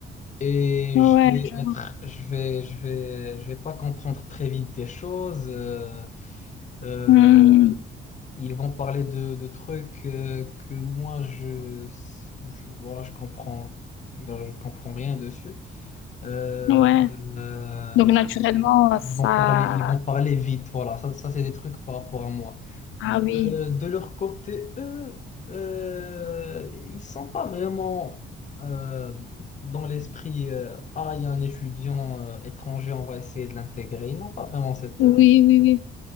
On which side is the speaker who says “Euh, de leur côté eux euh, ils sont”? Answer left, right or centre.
Left